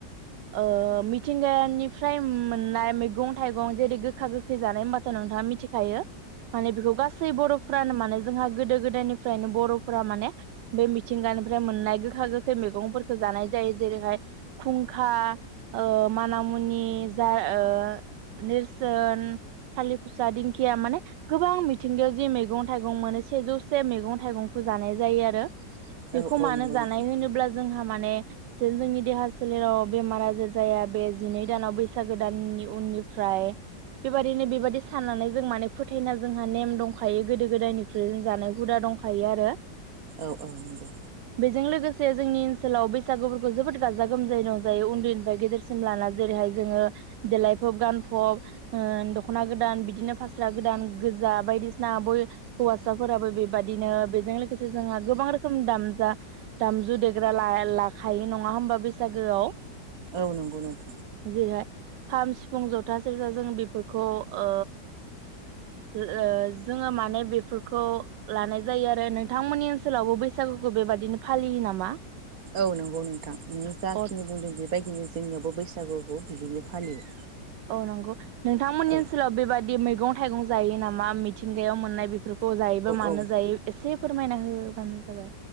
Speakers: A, on the right; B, on the right.
A: ओ मिथिंगानिफ्राय मोननाय मैगं थाइगं जेरै गोखा गोख खै जानाय बाथ नोंथाङा मिथिखायो माने बेखौ गासै बर'फ्रानो माने जोंहा गोदो गोदायनिफ्रायनो बर'फोरा माने बे मिथिंगानिफ्राय मोननाय गोखा गोखै मैगंफोरखौ जानाय जायो। जेरैहाय खुंखा ओ मानामुनि जा ओ नेरसोन। थालिर फसा दिंखिया माने गोबां मिथिंगायाव जि मैगं थाइगं मोनो सेजौसे मैगं थाइगंखौ जानाय जायो आरो। बेखौ
B: औ औ
A: मानो
B: नंगौ
A: जानाय
B: नोंथां
A: होनोब्ला जोंहा माने जेन जोंनि देहा सोलेराव बेमार आजार जाया बे जिनै दानाव बैसागो दाननि उननिफ्राय बेबायदिनो बेबायदि साननानै जों माने फोथायना जोंहा नेम दंखायो गोदो गोदायनिफ्राय्रुइ जों जानाय हुदा दंखायो आरो
B: औ औ नंगौ।
A: बेजों लोगोसे जोंनि ओनसोलाव बैसागुफोरखौ जोबोद गाजा गोमजायै रंजायो उन्दैनिफ्राय गेदेरसिम लाना जेरैहाय जोङो देलायफब गानफब ओ दखना गोदान बिदिनो फास्रा गोदान गोजा बायदिसिना बय हौवासाफोराबो बेबादिनो बेजों लोगोसे जोंहा गोबां रोखोम दामजा दामजु देग्रा लाखायो नङा होमबा बैसागोआव
B: औ नंगौ नोंथ
A: जेरैहाय खाम सिफुं जथा सेरजा जों बेफोरखौ ओ ओ जोङो माने बेफोरखौ लानाय जायो आरो नोंथांमोननि ओनसोलावबो बैसागुखौ बेबादिनो फालियो नामा?
B: औ नोंगौ नोंथां नों जाखिनि
A: अ
B: बुंदों बेबायदिनो जोंनियावबो बैसागुखौ बिदिनो फालियो।
A: औ नंगौ। नोंथांमोननि
B: औ
A: ओनसोलाव बेबायदि मैगं मैगं थाइगं जायो नामा मिथिंगायाव मोननाय बेफोरखौ खौ जायोबा मानो
B: औ
A: जायो एसे फोरमायना होबानो जाबाय।